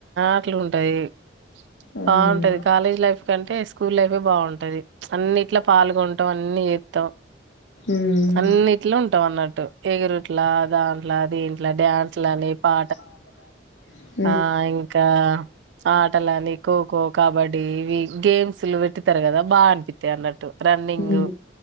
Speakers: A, on the right (about 70°); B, on the left (about 80°).
A: అట్లుంటది
B: ఉమ్
A: బాగుంటది కాలేజ్ లైఫ్ కంటే స్కూల్ లైఫే బాగుంటది ప్చ్ అన్నీట్ల పాల్గొటం అన్నీ చేత్తం
B: ఉమ్
A: అన్నీట్ల ఉంటాం అన్నట్టు ఎగురుట్లా దాంట్ల దీంట్ల డ్యాన్స్ లనీ పా
B: <inaudible>
A: ఆ ఇంకా ఆటలనీ ఖోఖో, కబడ్డీ ఇవి గేమ్స్లు పెట్టుతరు కదా బాగ అనిపిత్తయి అన్నట్టు రన్నింగ్,
B: ఉమ్